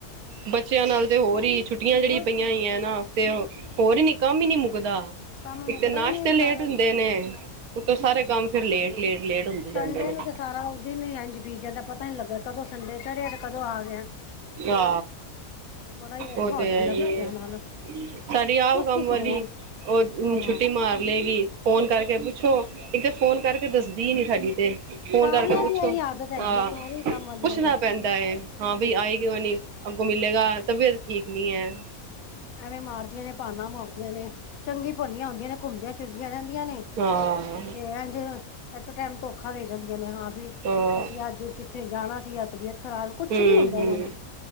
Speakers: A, on the right; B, on the left.
A: ਬੱਚਯਾਂ ਨਾਲ ਤੇ ਹੋਰ ਈ ਛੁੱਟੀਆਂ ਜੇੜੀ
B: ਹੋਰ
A: ਪਈਆਂ ਹੋਈਐ ਨਾ ਤੇ ਹੋਰ ਹੀ ਕੰਮ ਈ ਨੀ ਮੁੱਕਦਾ,
B: ਕੰਮ
A: ਇੱਕ
B: ਮੁੱਕਦਾ
A: ਤੇ ਨਾਸ਼ਤੇ
B: ਹੀ ਨੀ
A: ਲੇਟ
B: ਸਾਰਾ
A: ਹੁੰਦੇ
B: ਦਿਨ
A: ਨੇ ਓਤੋਂ ਸਾਰੇ ਕੰਮ ਫਿਰ ਲੇਟ, ਲੇਟ, ਲੇਟ। ਹੁੰਦੇ ਜਾਂਦੇ
B: ਸੰਡੇ
A: ਨੇ
B: ਨੂੰ ਤਾਂ ਸਾਰਾ ਓ ਦਿਨ ਹੀ ਇੰਝ ਬੀਤ ਜਾਂਦਾ, ਪਤਾ ਨੀ ਲੱਗਾ ਕਦੋਂ ਸੰਡੇ ਚੜਿਆ, ਤੇ ਕਦੋਂ ਆ ਗਿਆ।
A: ਆ,
B: ਬੜਾ ਹੀ ਔਖਾ
A: ਓ ਤੇ
B: ਹੋ ਜਾਂਦਾ
A: ਹੈ
B: ਬੱਚਿਆਂ
A: ਈ ਆ।
B: ਨਾਲ
A: ਸਾਡੀ ਆਪ
B: ਤੁਸੀਂ
A: ਕੰਮ
B: ਸੁਣਾਓ
A: ਵਾਲੀ ਓ, ਓਈ
B: ਹਾਂ।
A: ਛੁੱਟੀ ਮਾਰ ਲਏਗੀ। ਫੋਨ ਕਰਕੇ ਪੁੱਛੋ, ਇੱਕ ਤਾਂ ਫੋਨ ਕਰਕੇ ਦੱਸਦੀ ਈ ਨੀ ਸਾਡੀ ਤੇ ਫੋਨ
B: ਸਾਰੀਆਂ
A: ਕਰਕੇ ਪੁੱਛੋ,
B: ਦੀ ਇਹੀ ਆਦਤ ਹੈਗੀ
A: ਆ
B: ਹੈ ਸਾਰੀ ਕੰਮ ਵਾਲੀਆਂ
A: ਪੁੱਛਣਾ
B: ਦੀ
A: ਪੈਂਦਾ ਐ। ਆਏਗੀ
B: ਹਾਂ।
A: ਯਾ ਨਈ ਗੋ ਮਿਲੇਗਾ, ਤਬੀਅਤ ਠੀਕ ਨੀ ਐ।
B: ਐਵੇਂ ਮਾਰਦੀਆਂ ਨੇ ਪਾਨਾਂ ਮਾਰਦੀਆਂ ਨੇ ਚੰਗੀ ਭਲੀਆਂ ਹੁੰਦੀਆਂ ਨੇ, ਘੁੰਮਦੀਆਂ ਫਿਰਦੀਆਂ ਰੈਂਦੀਆਂ ਨੇ।
A: ਤੇ ਆਹੋ
B: ਐਂਜ ਅਟੇ ਟੈਮ ਧੋਖਾ ਦੇ ਜਾਂਦੀਆਂ ਨੇ ਹਾਂ ਵੀ,
A: ਹਾਂ
B: ਅਸੀਂ ਅੱਜ ਕਿਤੇ ਜਾਣਾ ਸੀ ਅੱਜ ਤਬੀਅਤ ਖ਼ਰਾਬ ਕੁਛ
A: ਹੂੰ-ਹੂੰ,
B: ਨੀ ਹੁੰਦਾ ਇਹਨਾਂ ਨੂੰ